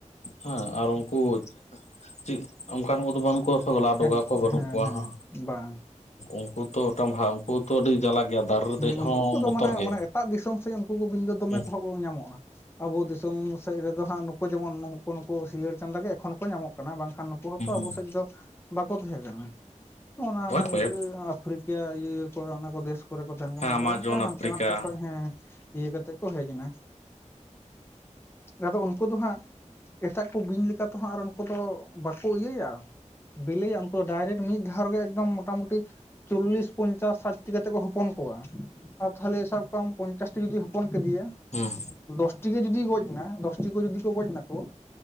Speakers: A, on the left; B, on the left.
A: ᱦᱮᱸ ᱟᱨ ᱩᱝᱠᱩ ᱪᱤᱜ ᱚᱝᱠᱟᱱ ᱠᱚᱫᱚ ᱵᱟᱹᱱᱩᱜ ᱠᱚᱣᱟ ᱛᱚ ᱞᱟᱣᱰᱚᱜᱟ
B: ᱦᱮᱸ
A: ᱠᱚ ᱵᱟᱹᱱᱩᱜ
B: ᱦᱮᱸ
A: ᱠᱚᱣᱟ
B: ᱦᱮᱸ
A: ᱦᱟᱸ
B: ᱵᱟᱝ
A: ᱩᱱᱠᱩ ᱛᱚ ᱢᱤᱫᱴᱟᱝ ᱵᱷᱟ ᱩᱱᱠᱩ ᱛᱚ ᱟᱹᱰᱤ ᱡᱟᱞᱟ ᱜᱮᱭᱟ᱾ ᱫᱟᱨᱮ ᱨᱮ
B: ᱦᱩᱸ
A: ᱫᱮᱡ
B: ᱩᱱᱠᱩ
A: ᱦᱚᱸ
B: ᱠᱚᱫᱚ
A: ᱵᱚᱛᱚᱨ
B: ᱢᱟᱱᱮ
A: ᱜᱮ
B: ᱢᱟᱱᱮ ᱮᱴᱟᱜ ᱫᱤᱥᱚᱢ ᱥᱮᱡ ᱩᱱᱠᱩ ᱠᱚ ᱵᱤᱧ ᱫᱚ ᱫᱚᱢᱮ
A: ᱦᱮᱸ
B: ᱠᱚᱦᱚᱸ ᱠᱚ ᱧᱟᱢᱚᱜ-ᱟ᱾ ᱟᱵᱚ ᱫᱤᱥᱚᱢ ᱥᱮᱜ ᱨᱮᱫᱚ ᱦᱟᱸᱜ ᱱᱩᱠᱩ ᱡᱮᱢᱚᱱ ᱱᱩᱠᱩ ᱱᱩᱠᱩ ᱥᱤᱭᱟᱹᱲ ᱪᱟᱸᱫᱟ ᱜᱮ ᱮᱠᱷᱚᱱ ᱠᱚ ᱧᱟᱢᱚᱜ ᱠᱟᱱᱟ᱾ ᱵᱟᱝᱠᱷᱟᱱ ᱱᱩ ᱠᱩ ᱦᱚᱛᱚ ᱟᱵᱚ
A: ᱦᱩᱸ
B: ᱥᱮᱡ ᱫᱚ ᱵᱟᱠᱚ ᱛᱟᱦᱮᱸ ᱠᱟᱱᱟ᱾ ᱚᱱᱟ ᱚᱱᱟ
A: ᱦᱩᱸ
B: ᱮᱥ ᱯᱷᱨᱤᱠᱟ ᱤᱭᱟᱹ ᱤᱭᱟᱹ ᱠᱚᱜᱮ ᱚᱱᱟ ᱠᱚ ᱫᱮᱥ᱾ ᱨᱮ ᱠᱚ ᱛᱟᱦᱮᱱ ᱠᱟᱱᱟ
A: ᱟᱢᱟᱡᱚᱱ
B: ᱟᱫᱚ ᱚᱱᱠᱟ ᱦᱟᱱᱛᱮ
A: ᱟᱯᱷᱨᱤᱠᱟ
B: ᱱᱟᱛᱮ ᱠᱷᱚᱱ ᱦᱮᱸ ᱤᱭᱟᱹ ᱠᱟᱛᱮ ᱠᱚ ᱦᱮᱡ ᱮᱱᱟ᱾ ᱟᱫᱚ ᱩᱱᱠᱩ ᱫᱚ ᱦᱟᱸᱜ ᱮᱴᱟᱜ ᱠᱚ ᱵᱤᱧ ᱞᱮᱠᱟ ᱛᱮ ᱦᱟᱸᱜ ᱟᱨ ᱩᱱᱠᱩ ᱫᱚ ᱵᱟᱠᱚ ᱤᱭᱟᱹᱭᱟ᱾ ᱵᱮᱞᱮᱭᱟ ᱩᱱᱠᱩ ᱰᱟᱭᱨᱮᱴ ᱢᱤᱫ ᱫᱷᱟᱣ ᱨᱮᱜᱮ ᱮᱠᱫᱚᱢ ᱢᱚᱴᱟ ᱢᱩᱴᱤ ᱪᱚᱞᱞᱤᱥ ᱯᱚᱧᱪᱟᱥ ᱥᱟᱴ ᱴᱤ ᱠᱟᱛᱮ ᱠᱚ ᱦᱚ ᱯᱚᱱ ᱠᱚᱣᱟ ᱟᱨ ᱛᱷᱟᱞᱮ ᱥᱟᱵ ᱠᱟᱢ ᱯᱚᱧᱪᱟᱥᱴᱤ ᱡᱩᱫᱤ ᱦᱚᱯᱚᱱ ᱠᱮᱫᱮᱭᱟ᱾
A: ᱦᱩᱸ᱾
B: ᱫᱚᱥᱴᱤ ᱜᱮ ᱡᱩᱫᱤ ᱜᱚᱡ ᱱᱟ, ᱫᱚᱥᱴᱤ ᱠᱚ ᱡᱩᱫᱤ ᱠᱚ ᱜᱚᱡ ᱱᱟᱠᱚ᱾